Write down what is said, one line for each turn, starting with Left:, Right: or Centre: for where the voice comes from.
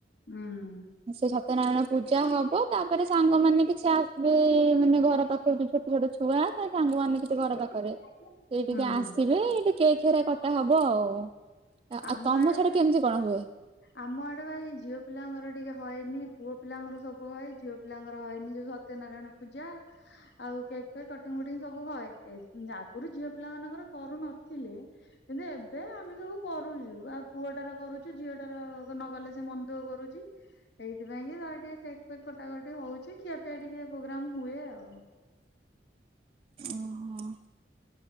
Left: ହୁଁ।
Right: ସେ ସତ୍ୟନାରାୟଣ ପୂଜା ହବ ତାପରେ ସାଙ୍ଗମାନେ କିଛି ଆସିବେ ମାନେ ଘର ପାଖରୁ ଯ ଛୋଟ ଗୋଟେ ଛୁଆ ତା ସାଙ୍ଗମାନେ ଘର ପାଖରେ
Left: ହୁଁ
Right: ସେଇ ଟିକେ ଆସିବେ ଏ ଟ କେ ଖେରା କଟା ହବ ଆଉ। ଆଉ
Left: ଆମ
Right: ତମ
Left: ଆଡେ
Right: ଛାଡା କେମିତି କଣ ହୁଏ?
Left: ଆମ ଆଡେ ଏଇ ଝିଅ ପିଲାଙ୍କର ଟିକେ ହଏନି ପୁଅ ପିଲାଙ୍କର ସବୁ ହଏ ଝିଅ ପିଲାଙ୍କର ହଏନି ଯୋଉ ସତ୍ୟନାରାୟଣ ପୂଜା ଆଉ କେକ୍ ଫକ୍ କଟିଙ୍ଗ ଫୁଟିଙ୍ଗ ସବୁ ହଏ ଆଗରୁ ଝିଅ ପିଲା ମାନଙ୍କର କରୁନଥିଲେ କିନ୍ତୁ ଏବେ ଆମେ ସବୁ କରୁଚୁ ଆଉ ପୁଅଟାରେ କରୁଚୁ ଝିଅ ନ ଗଲେ ସେ ମନ୍ଦୁ କରୁଚି ସେଇଥି ପାଇଁଁ କି ତା ଟିକେ ସେ କଟାକଟି ହଉଚି ଖିଆ ପିଆ ଟିକେ ପ୍ରୋଗ୍ରାମ ହୁଏ ଆଉ।
Right: ଓହୋ।